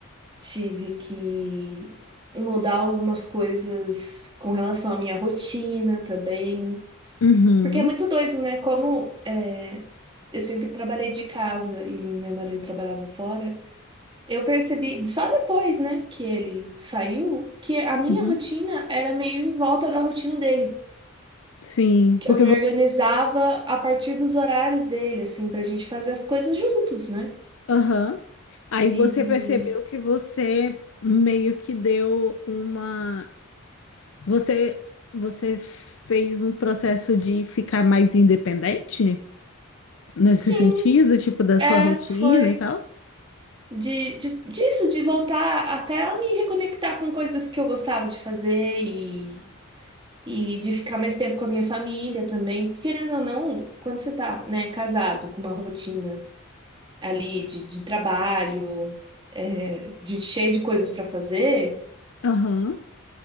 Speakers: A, on the right (about 25°); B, on the left (about 65°).
A: tive que mudar algumas coisas com relação à minha rotina também.
B: uhum,
A: Porque é muito doido, né? Como é, eu sempre trabalhei de casa e meu marido trabalhava fora. Eu percebi só depois, né, que ele saiu, que a minha
B: uhum,
A: rotina era meio em volta da rotina dele.
B: sim,
A: que
B: porque
A: eu me
B: você,
A: organizava a partir dos horários dele, assim, pra gente fazer as coisas juntos, né?
B: aham. Aí você
A: E
B: percebeu que você meio que deu uma Você, você fez um processo de ficar mais independente nesse
A: sim,
B: sentido, tipo, da
A: é,
B: sua rotina
A: foi
B: e tal?
A: de, de, disso, de voltar até a me reconectar com coisas que eu gostava de fazer e, e de ficar mais tempo com a minha família também. Porque, Querendo ou não, quando você tá, né, casado com uma rotina ali de, de trabalho, é, de cheio de coisas pra fazer.
B: Aham,